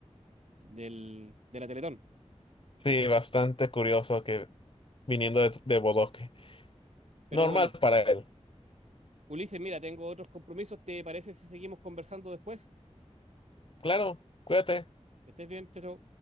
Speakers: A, on the right; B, on the left.
A: del, de la Teletón.
B: Sí, bastante curioso que viniendo de, de Bodoque.
A: Pero
B: Normal
A: bueno,
B: para él.
A: Ulises, mira, tengo otros compromisos. ¿Te parece si seguimos conversando después?
B: Claro, cuídate.
A: Que estés bien, chao. chao.